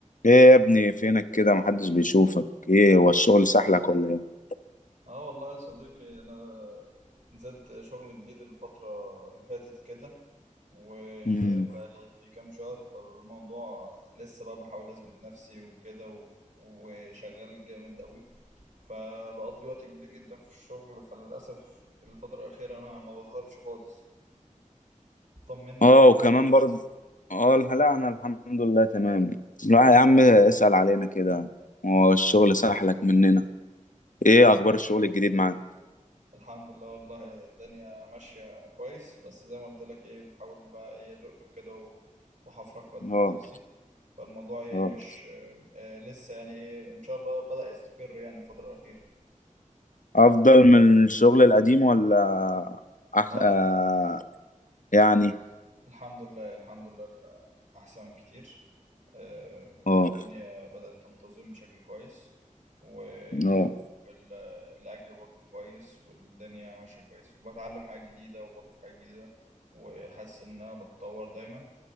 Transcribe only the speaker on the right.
اه والله يا صديقي انا نزلت شغل جديد الفترة اللي فاتت كده وبقالي
في كام شهر فالموضوع لسه بقى بحاول اثبت نفسي وكده و- وشغال جامد قوي فبقضي وقت كبير جدا في الشغل فللأسف الفترة الأخيرة أنا ما بظهرش خالص طمنا
عليك
الحمد لله والله الدنيا ماشية كويس بس زي ما قلت لك ايه بحاول بقى ايه ازق وكده و- وحفرك واثبت
نفسي فالموضوع ايه
مش آه لسه يعني ايه ان شاء الله بدأ يستقر يعني الفترة الأخيرة
اه
الحمد لله الحمد لله ال- احسن كتير آه
الدنيا بدأت تنتظم بشكل كويس و
والأجر برضو كويس والدنيا ماشية كويس وبتعلم حاجات جديدة وبضيف حاجات جديدة وحاسس إن أنا بتطور دايما